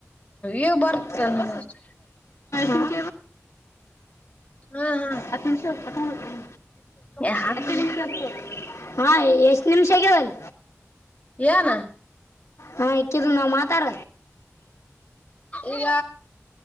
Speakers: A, on the left; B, on the left.
A: ಈ ಬರ್ತ
B: ಹ
A: ನನಗೆ
B: ಬ ಪಂಡ್
A: ಹ್ಮ್
B: ಹತ್ತು ನಿಮಿ
A: ಹ್ಮ್
B: ಹತ್ತು ನಿ ಹಾ ಎಷ್ಟ ನಿಮ್ಷಗಲ್
A: ಏನ
B: ಹಾ ಇಕ್ಕಿದ ನಾವ್ ಮಾತಾರ
A: ಈಗ